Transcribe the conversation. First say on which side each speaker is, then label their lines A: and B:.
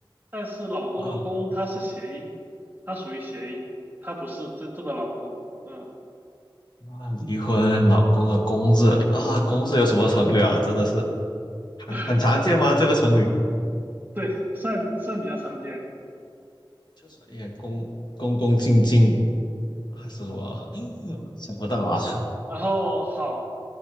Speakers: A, on the right (about 20°); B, on the left (about 55°).
A: 但是老公的公它是谐音，
B: 啊，
A: 它属于谐音，它不是真正的老公，嗯，
B: 啊，离婚，老公的公字啊，公字有什么成语啊？真的是很很常见吗？
A: <laughs>
B: 这个成语？
A: 对，算算比较常见。
B: 就是也恭恭恭敬敬，还是什么？
A: 嗯，
B: <laughs> 想不到啊！
A: 然后好，